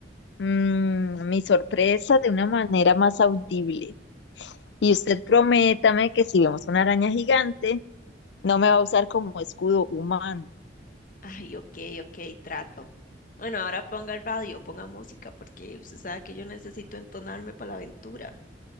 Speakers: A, on the left; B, on the left.
A: mm, mi sorpresa de una manera más audible. Y usted prométame que si vemos una araña gigante, No me va a usar como escudo humano.
B: Ay, ok, ok, trato. Bueno, ahora ponga el radio, ponga música, porque usted sabe que yo necesito entonarme para la aventura.